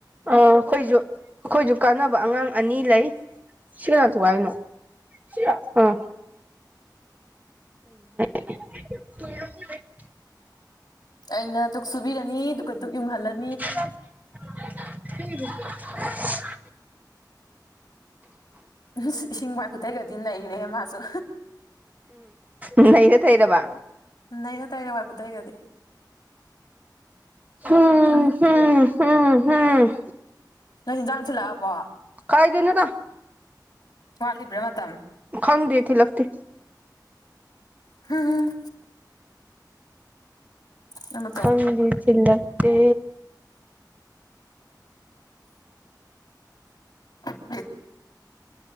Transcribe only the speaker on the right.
ꯑꯥ ꯑꯩꯈꯣꯏꯁꯨ ꯑꯩꯈꯣꯏꯁꯨ ꯀꯥꯟꯅꯕ ꯑꯉꯥꯡ ꯑꯅꯤ ꯂꯩ ꯁꯤꯔꯥꯡꯗꯨꯏꯅꯣ ꯁꯤ ꯑꯅ ꯍ
ꯍꯝ
ꯎꯝ ꯍꯩꯅ ꯊꯩꯔꯕ
ꯍꯝ
ꯍꯝ ꯍꯝꯝ
ꯈꯥꯏꯗꯅ ꯅ
ꯈꯪꯗꯦ ꯊꯤ ꯂꯛꯇ
ꯈꯪꯕꯤ ꯆꯜꯂꯛꯇꯦ